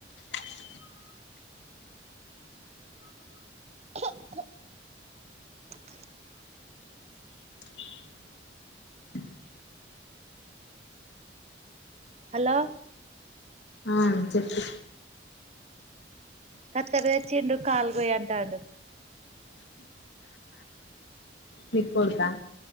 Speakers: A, on the left; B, on the right.
A: <unintelligible>
B: <unintelligible>
A: <unintelligible>
B: హలో
A: అ చెప్పు
B: కత్తెర తెచ్చిండు కాలుచేయంటాడు
A: నీకొడుకా